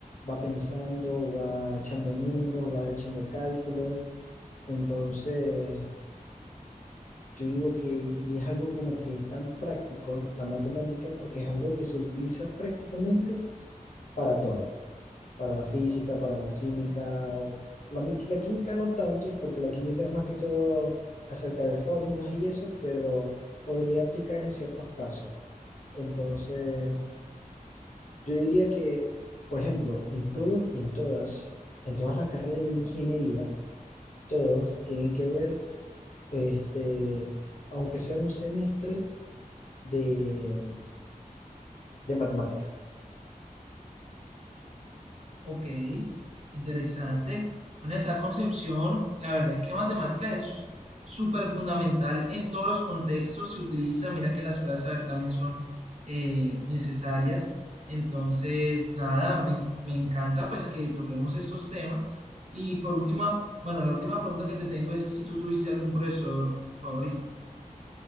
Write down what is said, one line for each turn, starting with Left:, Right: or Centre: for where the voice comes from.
Left: va pensando, va echando números, va echando cálculos, entonces yo digo que, y es algo como que tan práctico la matemática, porque es algo que se utiliza prácticamente para todo. para la física, para la química. o- la, mi- la química no tantos, porque la química es más que todo acerca de fórmulas y eso, pero podría aplicar en ciertos casos. Entonces, yo diría que, por ejemplo, en todo, en todas, en todas las carreras de ingeniería, todos tienen que ver, este, aunque sea un semestre de, de matemáticas.
Right: Ok, interesante. Bueno, esa concepción, la verdad es que matemáticas es súper fundamental en todos los contextos, se utiliza, mira que las pruebas de saber también son eh, necesarias. Entonces, nada, me, en- me encanta pues que toquemos estos temas. Y por última, bueno, la última pregunta que te tengo es si tú tuviste algún profesor favorito.